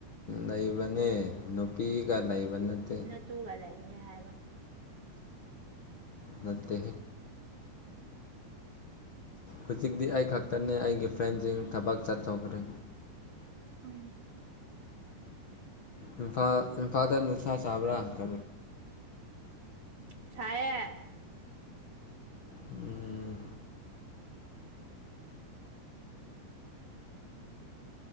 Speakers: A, on the left; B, on the right.
A: ꯂꯩꯕꯅꯦ ꯅꯨꯄꯤꯒ ꯂꯩꯕ ꯅꯠꯇꯦ
B: ꯇꯨꯒ ꯂꯩꯅꯦ ꯍꯥꯏꯕ
A: ꯅꯠꯇ ꯍꯧꯖꯤꯛꯇꯤ ꯑꯩ ꯈꯛꯇꯅꯦ ꯑꯩꯒꯤ ꯐ꯭ꯔꯦꯟꯁꯤꯡ ꯊꯕꯛ ꯆꯠꯊꯣꯛꯈ꯭ꯔꯦ
B: ꯎꯝ
A: ꯏꯝꯐꯥ ꯏꯝꯐꯥꯇ ꯅꯨꯨꯁꯥ ꯆꯕꯔꯥ ꯀꯦ
B: ꯁꯥꯌꯦ
A: ꯎꯝ